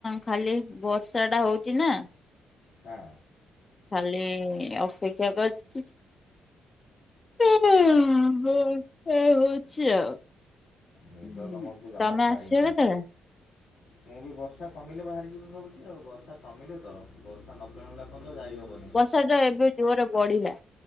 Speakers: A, on the left; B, on the left.
A: ଖାଲି ବର୍ଷା ଟା ହଉଚି ନା।
B: ହାଁ।
A: ଖାଲି ଅପେକ୍ଷା କରିଚି। ଆ ହ ହା ହୋଉଚି ଆଉ।
B: ନିଦ
A: ହୁଁ
B: ତମକୁ ଜମା
A: ତମେ
B: ଛାଡ଼ିନି।
A: ଆସିବ କେତେବେଳେ
B: ମୁଁ ବି ବର୍ଷା କମିଲେ ବାହାରିଯିବି ଭାବୁଚି ଆଉ ବର୍ଷା କମିଲେ ତ ବର୍ଷା ନକମିଲା ପର୍ଯ୍ୟନ୍ତ ଯାଇହବନି।
A: ବର୍ଷାଟା ଏବେ ଜୋରେ ବଢିଲା।